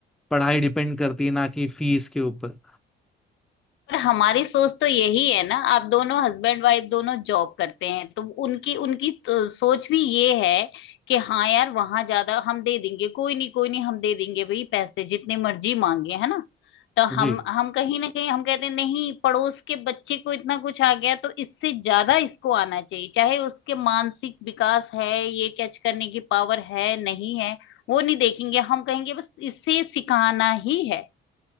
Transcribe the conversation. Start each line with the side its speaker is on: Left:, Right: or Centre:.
Centre: पढ़ाई डिपेंड करती है ना कि फीस के ऊपर
Left: पर हमारी सोच तो यही है ना आप दोनों हस्बैंड वाइफ दोनों जॉब करते हैं तो उनकी उनकी तो सोच भी ये है कि हाँ यार वहां ज्यादा हम दे देंगे कोई नहीं कोई नहीं हम दे देंगे भाई पैसे जितने मर्जी मांगे है ना तो
Centre: जी
Left: हम हम कहीं ना कहीं हम कहते हैं नहीं पड़ोस के बच्चे को इतना कुछ आ गया तो इससे ज्यादा इसको आना चाहिए चाहे उसके मानसिक विकास है ये कैच करने की पावर है नहीं है वो नहीं देखेंगे हम कहेंगे बस इसे सिखाना ही है